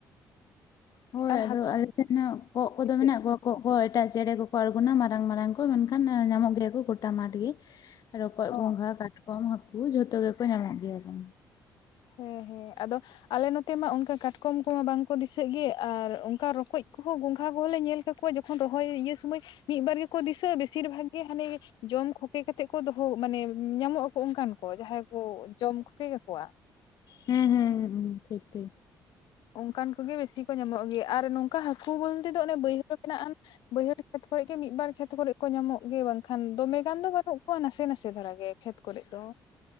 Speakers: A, on the left; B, on the left.
A: ᱦᱳᱭ
B: ᱟᱨ
A: ᱟᱫᱚ
B: ᱦᱟᱹᱠᱩ
A: ᱟᱞᱮ ᱥᱮᱫ ᱦᱚᱸ ᱠᱚᱸᱜ ᱠᱚᱫᱚ
B: ᱫᱤᱥᱟᱹᱜ
A: ᱢᱮᱱᱟᱜ
B: ᱜᱮ
A: ᱠᱚᱣᱟ ᱠᱚᱸᱜ ᱠᱚ ᱮᱴᱟᱜ ᱪᱮᱬᱮ ᱠᱚᱠᱚ ᱟᱬᱜᱚᱱᱟ ᱢᱟᱨᱟᱝ ᱢᱟᱨᱟᱝ ᱠᱚ ᱢᱮᱱ ᱠᱷᱟᱱ ᱧᱟᱢᱚᱜ ᱜᱮᱭᱟ ᱠᱚ ᱜᱚᱴᱟ ᱢᱟᱴ ᱜᱮ ᱨᱚᱠᱚᱡ
B: ᱚ
A: ᱜᱚᱸᱜᱷᱟ ᱠᱟᱴᱠᱚᱢ ᱦᱟᱹᱠᱩ ᱡᱷᱚᱛᱚ ᱜᱮ ᱠᱚ ᱧᱟᱢᱚᱜ ᱜᱮᱭᱟ ᱠᱚ᱾
B: ᱦᱮᱸ ᱦᱮᱸ ᱟᱫᱚᱼᱼ ᱟᱞᱮ ᱱᱚᱛᱮ ᱢᱟ ᱚᱱᱠᱟ ᱠᱟᱴᱠᱚᱢ ᱠᱚᱢᱟ ᱵᱟᱝ ᱠᱚ ᱫᱤᱥᱟᱹᱜ ᱜᱮ ᱟᱨ ᱚᱱᱠᱟ ᱨᱚᱠᱚᱡ ᱠᱚ ᱦᱚᱸ ᱜᱚᱸᱜᱷᱟ ᱠᱚᱦᱚᱸ ᱞᱮ ᱧᱮᱞᱼᱼ ᱠᱚᱭ <unintelligible> ᱡᱚᱠᱷᱚᱱ ᱨᱚᱦᱚᱭ ᱤᱭᱟᱹ ᱥᱚᱢᱚᱭ ᱢᱤᱫ ᱵᱟᱨ ᱜᱮᱠᱚ ᱫᱤᱥᱟᱹᱜ ᱵᱮᱥᱤᱨ ᱵᱷᱟᱜᱽ ᱜᱮ ᱦᱟᱱᱮ ᱡᱚᱢ ᱠᱷᱚᱠᱮ ᱠᱟᱛᱮᱜ ᱠᱚ ᱫᱚᱦᱚ ᱢᱟᱱᱮ ᱧᱟᱢᱚᱜ ᱟᱠᱚ ᱚᱱᱠᱟᱱ ᱡᱟᱦᱟᱸᱭ ᱠᱚ ᱡᱚᱢ ᱠᱷᱚᱠᱮ ᱠᱟᱠᱚᱣᱟ᱾
A: ᱦᱮᱸ ᱦᱮᱸ ᱦᱮᱸ ᱴᱷᱤᱠ ᱴᱷᱤᱠ
B: ᱚᱱᱠᱟᱱ ᱠᱚᱜᱮ ᱵᱮᱥᱤ ᱠᱚ ᱧᱟᱢᱚᱜ ᱜᱮᱭᱟ ᱟᱨ ᱱᱚᱝᱠᱟ ᱦᱟᱹᱠᱩ ᱵᱚᱞ ᱛᱮ ᱫᱚ ᱚᱱᱮ ᱵᱟᱹᱭᱦᱟᱹᱲ ᱢᱮᱱᱟᱜ ᱟ ᱵᱟᱹᱭᱦᱟᱹᱲ ᱠᱷᱮᱛ ᱠᱚᱨᱮ ᱜᱮ ᱢᱤᱫ ᱵᱟᱨ ᱠᱷᱮᱛ ᱠᱚᱨᱮ ᱠᱚ ᱧᱟᱢᱚᱜ ᱜᱮ ᱵᱟᱝ ᱠᱷᱟᱱ ᱫᱚᱢᱮ ᱜᱟᱱ ᱫᱚ ᱵᱟᱹᱱᱩᱜ ᱠᱚᱣᱟ ᱱᱟᱥᱮ ᱱᱟᱥᱮ ᱫᱷᱟᱨᱟ ᱜᱮ ᱠᱷᱮᱛᱼᱼ ᱠᱚᱨᱮᱜ ᱫᱚ